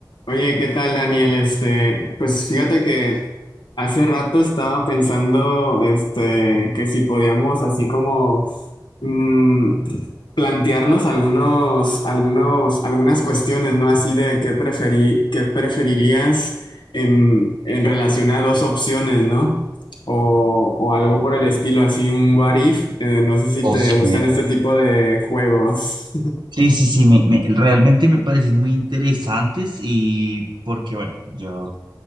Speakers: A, on the left; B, on the right.
A: Oye, ¿qué tal, Daniel? Este, pues fíjate que hace rato estaba pensando, este, que si podíamos así como mm, plantearnos algunos, algunos, algunas cuestiones, ¿no? Así de qué preferí, qué preferirías en, en relación a dos opciones, ¿no? O, o algo por el estilo, así un what if. Eh, no sé si
B: Ok.
A: te gustan este tipo de juegos.
B: Sí, sí, sí, me, me- realmente me parecen muy interesantes y porque, bueno, yo